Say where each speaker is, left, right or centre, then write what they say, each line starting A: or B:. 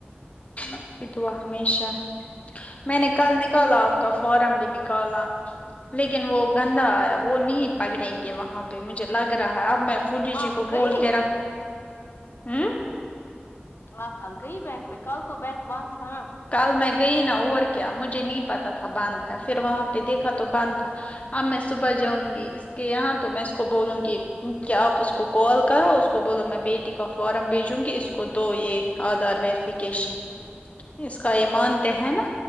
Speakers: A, on the left; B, on the left.
A: تو اپ کی دعا ہمیشہ ہے میں نے کل نکالا آپ کا فارم بھی نکالا لیکن وہ گندا آیا وہ نہیں پکڑیں گے وہاں پہ مجھے لگ رہا ہے اب میں پلی جی
B: آپ
A: کو
B: گئی
A: بول کے رکھ ہوں
B: ہا کل گئی بینک پہ کل تو بینک بند تھا نا
A: کل میں گئی نا اور کیا مجھے نہیں پتا تھا بند ہے پھر وہاں پہ دیکھا تو بند تھا اب میں صبح جاؤں گی اس کے یہاں تو میں اس کو بولوں گی کیا آپ اس کو کال کرو اس کو بولو میں بیٹی کا فارم بھیجوں گی اس کو دو یہ ادھار وریفکیشن
B: ٹھیک ہے
A: اس کا یہ مانتے ہیں نا